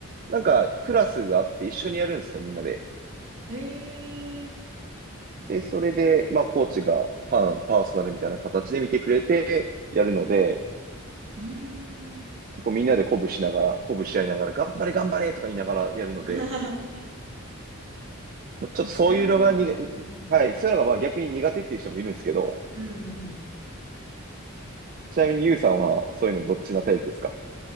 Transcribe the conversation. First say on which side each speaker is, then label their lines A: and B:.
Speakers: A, on the right (about 40°); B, on the right (about 60°).
A: なんかクラスがあって一緒にやるんですよ、みんなで。
B: えー、
A: で、それで、まあコーチが半パーソナルみたいな形で見てくれてやるので、
B: うーん。
A: 結構みんなで鼓舞しながら、鼓舞し合いながら、頑張れ頑張れとか言いながらやるので、
B: <laughs>
A: まあちょっとそういうのがにが、
B: なるほど。うん
A: はい、そういうのがまあ逆に苦手っていう人もいるんですけど、
B: うん。うんうんうん。
A: ちなみにユウさんはそういうのどっちなタイプですか